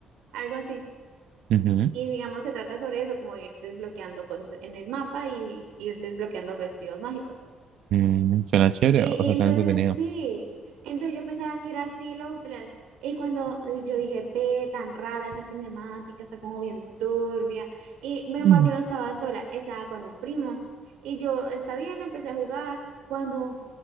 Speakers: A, on the right (about 85°); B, on the right (about 70°).
A: algo así.
B: ujú.
A: Y digamos, se trata sobre eso, como ir desbloqueando cosas en el mapa y ir desbloqueando vestidos mágicos.
B: Mm, suena chévere,
A: Y,
B: o
A: y
B: sea,
A: entonces,
B: suena entretenido.
A: sí, entonces yo pensaba que era así el Outlast. Y cuando eh, yo dije, ve, tan rara esa cinemática, está como bien turbia. Y menos
B: <laughs>
A: mal, yo no estaba sola, estaba con un primo. Y yo, está bien, empecé a jugar. Cuando,